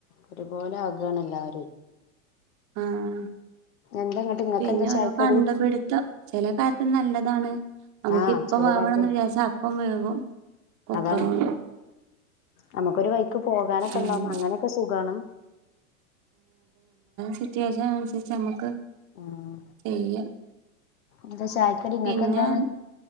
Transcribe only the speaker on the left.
ഒരുപോലെ ആക് കാണെ എല്ലാരുവേ
എന്താങ്ങട്ട് ഇങ്ങക്കെന്താ
ചായക്കടി
ആഹ്
ചെല
കാര്യത്തിന്
അതാണ് നമുക്കൊരു വൈ എടക്ക് പോകാനൊക്കെ
ഉണ്ടാവും അങ്ങനെയൊക്കെ സുഖാണ്
ഉം
എന്താ ചായക്കടി ഇങ്ങക്കെന്താണ്